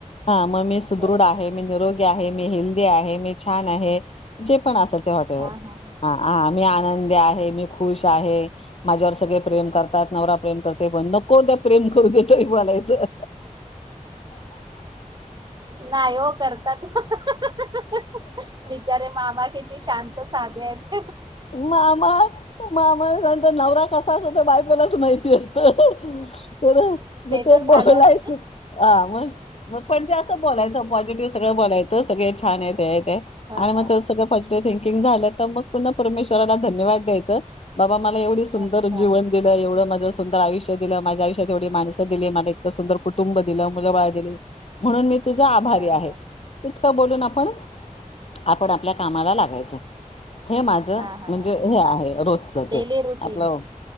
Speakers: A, on the left; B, on the right.
A: हा मग मी सुदृढ
B: बरोबर
A: आहे मी निरोगी आहे मी हेल्दी आहे मी छान आहे जे पण असल. त्या हॉटेलवर
B: हा हा
A: ह हा मी आनंदी आहे मी खु खुश आहे माझ्यावर सगळे प्रेम करतात नवरा प्रेम करते पण नको ते प्रेम. होते तरी बलायचं.
B: नाही हो करतात हाहाहाहा. बिचारे मामा किती शांत साधे आहेत.
A: उमामा मामा नंतर नवरा कसास होतो बायकोलाच माहिती अस. तर मग ते
B: तर झालंच
A: बोलायचं मग मग पण ते असं बोलायचं पॉझिटिव्ह. सगळं बोलायचं सगळे छान आहेत हे आहे ते आहे
B: हा
A: आणि म
B: हा
A: त सगलं पाॅझिटीव्ह थिंकिंग झालं त मग पुन्हा परमेश्वराला धन्यद द्यायचं बाबा मला एवढे सुंदर
B: अच्छा
A: जीवन दिलं एवढं मा झ सुंदर आयुष्य दिलं माझ्या आयुष्यात एवढे माणसं दिली मला इतक सुंदर कुटुंब दिलं मुलं बाळ दिले. तुझा आभारी
B: हा
A: आहे
B: हा
A: तितकं बोलून आपण आपण आपल्या कामाला लागायच हे माझ. म्हणजे
B: हा हा हा
A: हे आहे रोजच
B: डेली
A: ते
B: रुटीन
A: आपलं.